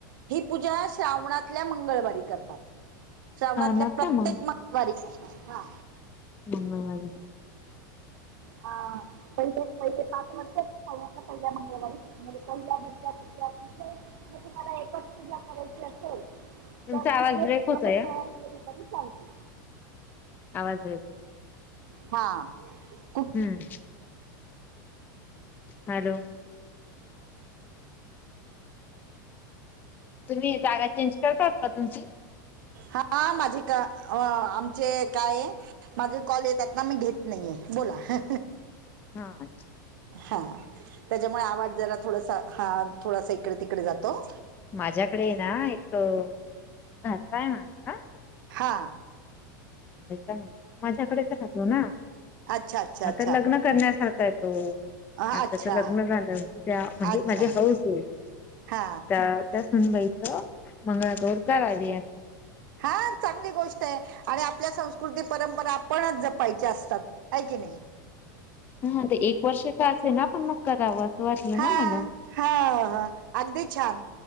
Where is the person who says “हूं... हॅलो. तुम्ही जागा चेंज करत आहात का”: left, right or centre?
Left